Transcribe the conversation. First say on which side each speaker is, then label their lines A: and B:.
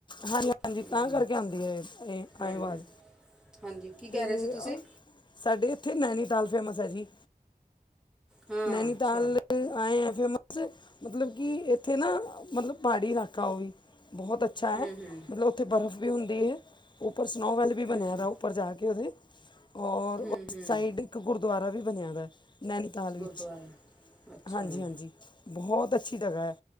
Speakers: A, on the left; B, in the centre.
A: ਹਾਂਜੀ - ਹਾਂਜੀ
B: ਇਹ
A: ਤਾਂ ਕਰਕੇ ਆਉਂਦੀ ਹੈ ਆਏ
B: ਹੂੰ
A: ਆਵਾਜ਼
B: ਹੂੰ। ਹਾਂਜੀ। ਕੀ ਕਹਿ
A: ਤੇ
B: ਰਹੇ ਸੀ ਤੁਸੀਂ
A: ਅ, ਸਾਡੇ ਇੱਥੇ ਨੈਨੀਤਾਲ ਫੇਮਸ ਹੈ ਜੀ।
B: ਹਾਂ
A: ਨੈਨੀਤਾਲ
B: ਅੱਛਾ
A: ਐਏਂ ਆ, ਫੇਮ- ਮਤਲਬ ਕਿ ਇੱਥੇ ਨਾ ਮਤਲਬ ਪਹਾੜੀ ਇਲਾਕਾ ਉਹ ਵੀ ਬਹੁਤ ਅੱਛਾ ਅੱਛਾ
B: ਹੂੰ
A: ਹੈ
B: ਹੂੰ
A: ਮਤਲਬ ਉੱਥੇ ਬਰਫ਼ ਵੀ ਹੁੰਦੀ ਹੈ ਉੱਪਰ ਸਨੋ ਵੈਲ ਵੀ ਬਣਿਆ
B: ਹੂੰ
A: ਦਾ ਉਹ ਉੱਪਰ ਜਾ ਕੇ ਉਹਦੇ ਔਰ ਉਸ
B: ਹੂੰ ਹੂੰ
A: ਸਾਈਡ ਇੱਕ ਗੁਰਦੁਆਰਾ ਵੀ ਬਣਿਆ ਦਾ ਨੈਨੀਤਾਲ
B: ਗੁਰਦੁਆਰਾ
A: ਵਿੱਚ। ਹਾਂਜੀ -
B: ਅੱਛਾ ਹੂੰ
A: ਹਾਂਜੀ ਬਹੁਤ ਅੱਛਾ। ਜਗਾ ਹੈ